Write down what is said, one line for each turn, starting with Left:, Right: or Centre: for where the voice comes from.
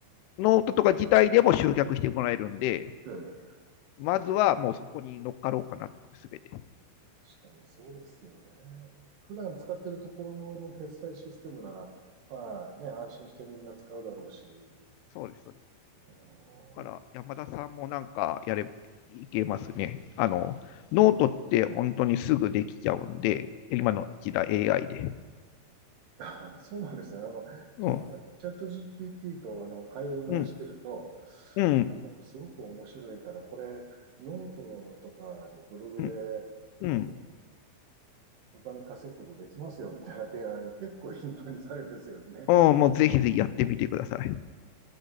Left: ノートとか自体でも集客してもらえるんで、
Right: ええ
Left: まずはもうそこに乗っかろうかなと思って、すべて。
Right: 確かにそうですよね。普段使ってるところの決済システムなら、まあね、安心してみんな使うだろうし。
Left: そうです、そうです。
Right: うん
Left: だから山田さんもなんかやれ、いけますね。あの、ノートって本当にすぐできちゃうんで、今の時代 AI で。
Right: <laughs> そうなんですね。あの、
Left: うん、
Right: チャチャット GPT とあの会話してると、
Left: うん、うん、
Right: あのすごく面白いから、これ、ノートとかのブログで、
Left: うん、うん。
Right: あの、お金稼ぐことできますよみたいな提案、結構頻繁にされるんですよね。
Left: うんもうぜひぜひやってみてください。